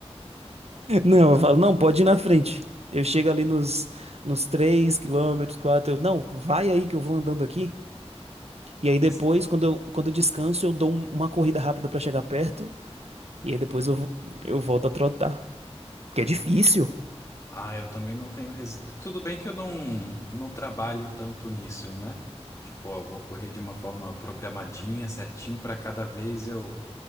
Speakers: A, on the right; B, on the left.
A: Não, eu falo, não, pode ir na frente. Eu chego ali nos, nos 3 quilômetros, 4. eu, não, vai aí que eu vou andando aqui. E aí
B: Isso.
A: depois, quando eu, quando eu descanso, eu dou um- uma corrida rápida pra chegar perto. E aí depois eu, vo- eu volto a trotar. Porque é difícil.
B: Ah, eu também não tenho. Resi... Tudo bem que eu não, não trabalho tanto nisso, né? Tipo, ó, vou correr de uma forma programadinha, certinho, para cada vez eu